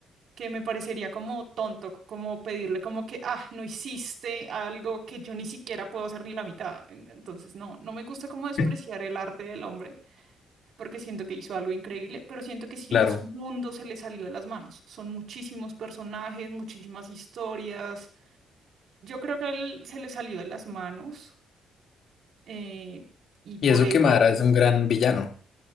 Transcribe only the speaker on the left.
<laughs>
Claro.
Y eso
que Madara es un gran villano.